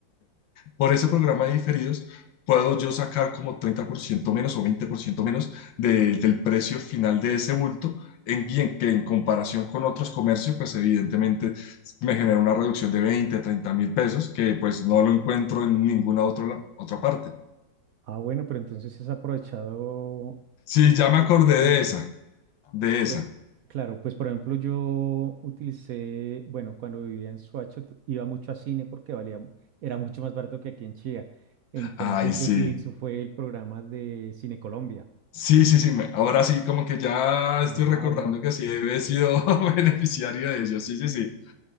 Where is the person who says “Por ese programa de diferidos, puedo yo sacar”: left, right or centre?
Left